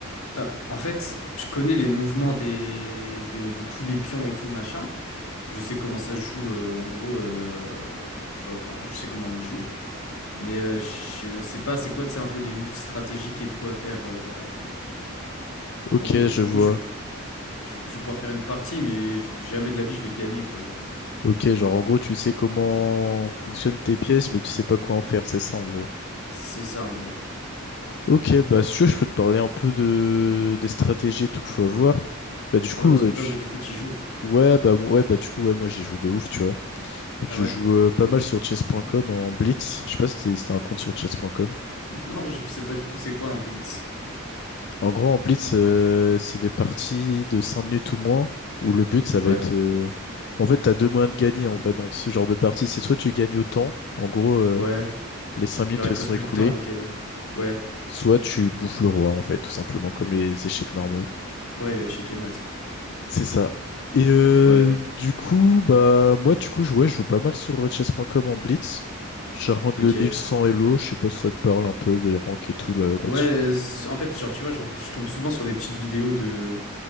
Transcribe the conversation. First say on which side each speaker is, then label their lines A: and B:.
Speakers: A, on the left; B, on the left.
A: Euh, en fait, je connais les mouvements des, des- de tous les pions et tout, machin. Je sais comment ça se joue, euh, en gros, euh, tu vois, enfin, je sais comment on y joue. Mais euh, je sais pas, c'est quoi, c'est un peu les moves stratégiques et tout à faire. euh.
B: Ok,
A: En gros,
B: je
A: en
B: vois.
A: gros, je, vais p- je, je vais pouvoir faire une partie, mais je- jamais de la vie, je vais le gagner, quoi.
B: Ok, genre en gros, tu sais comment fonctionnent tes pièces, mais tu sais pas quoi en faire, c'est ça en gros.
A: C'est ça, en gros.
B: Ok, bah si tu veux, je peux te parler un peu de des stratégies et tout qu'il faut avoir. Bah du coup,
A: Ouais, parce
B: euh,
A: que toi,
B: tu-
A: ouais, du coup, tu joues.
B: ouais, bah ouais, bah du coup, ouais, moi j'ai joué de ouf, tu vois. Je
A: Ah ouais.
B: joue euh, pas mal sur chess.com en blitz. Je sais pas si t'es- si t'as un compte sur chess.com.
A: <laughs> Non, je sais pas du tout c'est quoi un blitz.
B: En gros, en blitz, euh, c'est des parties de 5 minutes ou moins où le but ça va
A: Ouais.
B: être. euh, En fait, t'as deux moyens de gagner en vrai dans ce genre de partie. C'est soit tu gagnes au temps, en gros, euh,
A: Ouais.
B: les 5 minutes
A: Genre, il
B: elles
A: te
B: sont
A: reste
B: écoulées,
A: plus de temps, ok, ouais. Ouais,
B: soit tu bouffes le roi en fait, tout simplement comme les échecs normaux.
A: ouais, échec et maths.
B: C'est ça. Et euh,
A: Ouais,
B: du coup, bah moi du coup je- ouais, je joue pas mal sur euh, Chess. point Com en blitz. J'ai un rank
A: ok.
B: de mille cent Elo, je sais pas si ça te parle un peu les ranks et tout là,
A: Ouais,
B: là-dessus.
A: euh, c- en fait, genre, tu vois, genre, je tombe souvent sur des petites vidéos de,